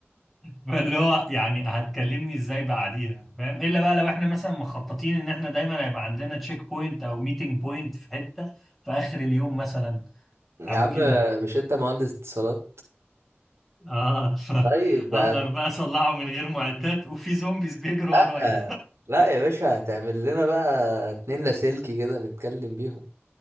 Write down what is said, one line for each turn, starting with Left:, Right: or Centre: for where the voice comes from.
Centre: <laughs> فاللي هو يعني هتكلمني ازاي بعديها فاهم الا بقى لو احنا مثلا مخططين ان احنا دايما هيبقى عندنا تشيك بوينت او ميتنج بوينت في حتة في اخر اليوم مثلا
Right: يا
Centre: او
Right: عم
Centre: كده
Right: مش انت مهندس اتصالات
Centre: اه <laughs>
Right: طيب بقى
Centre: اقدر بقى اصلعه من غير معدات وفي زومبيز بيجروا
Right: لا
Centre: ورايا
Right: لا يا باشا هتعمل لنا بقى اتنين لاسلكي كده نتكلم بيهم